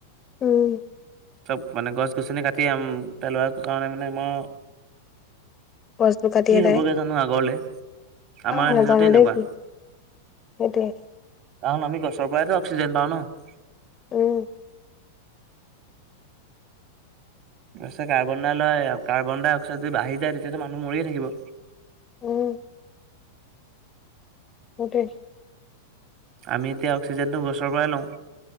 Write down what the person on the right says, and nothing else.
চব মানে গছ-গছনি কাটি পেলোৱাৰ কাৰণে মানে আমাৰ
কি
হ'বগে জানো আগৰলে আমাৰ
দিনতে এনেকুৱা
কাৰণ আমি গছ পৰাই অক্সিজেন পাওঁ নহ।
তাৰছে কাৰ্বন ডাই লয়, কাৰ্বন ডাই অক্সাই যদি হে বাহি যায় তেতিয়া টো মানুহ মৰিয়ে থাকিব।
আমি এতিয়া অক্সিজেনটো গছৰ পৰাই লওঁ,